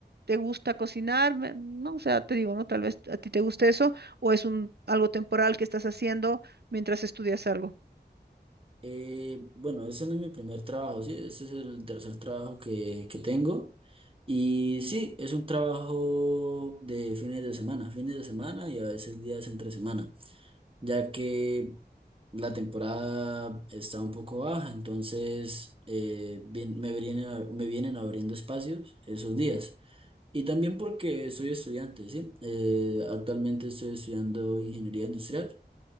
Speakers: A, on the right; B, on the right.
A: ¿Te gusta cocinar? Me- No, o sea, te digo, ¿no? Tal vez a ti te guste eso o es un algo temporal que estás haciendo mientras estudias algo.
B: Eh, bueno, ese no es mi primer trabajo, sí, ese es el tercer trabajo que, que tengo. Y sí, es un trabajo de fines de semana, fines de semana y a veces días entre semana, ya que la temporada está un poco baja, entonces eh, bien- me vienen, a- me vienen abriendo espacios esos días. Y también porque soy estudiante, ¿sí? Eh, actualmente estoy estudiando ingeniería industrial.